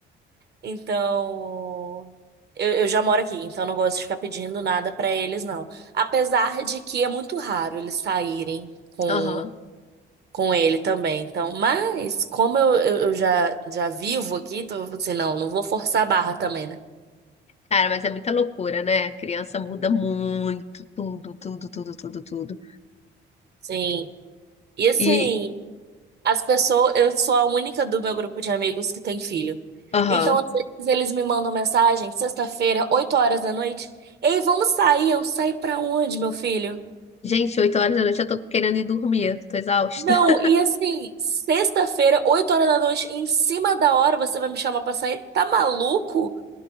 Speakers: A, on the right (about 55°); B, on the left (about 35°).
A: então eu, eu já moro aqui, então eu não gosto de ficar pedindo nada pra eles, não. Apesar de que é muito raro eles saírem com
B: Aham.
A: com ele também. Então, mas como eu, eu, eu já já vivo aqui, então eu falei assim, não, não vou forçar a barra também, né?
B: Cara, mas é muita loucura, né? Criança muda muito, tudo, tudo, tudo, tudo, tudo.
A: Sim. E assim,
B: E,
A: As pessoas, eu sou a única do meu grupo de amigos que tem filho.
B: aham.
A: Então, às vezes, eles me mandam mensagem, sexta-feira, 8 horas da noite. Ei, vamos sair? Eu sair pra onde, meu filho?
B: Gente, 8 horas da noite eu tô querendo ir dormir, tô exausta.
A: Não,
B: <laughs>
A: e assim, sexta-feira, 8 horas da noite, em cima da hora, você vai me chamar pra sair? Tá maluco?